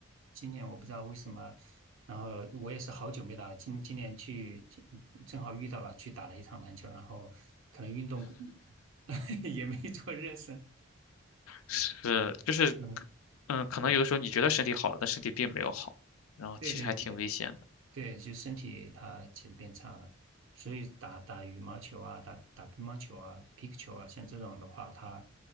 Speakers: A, on the right (about 65°); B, on the left (about 75°).
A: 今年我不知道为什么，然后我也是好久没打了，今今年去今正好遇到了，去打了一场篮球，然后可能运动过 <laughs> 也没做热身，
B: 是，就是，
A: 嗯，
B: 嗯，可能有的时候你觉得身体好了，
A: 对
B: 但身体并没有好，然后其实还挺危险的。
A: 对对对。对，就身体它其实变差了，所以打打羽毛球啊，打打乒乓球啊、皮克球啊，像这种的话，它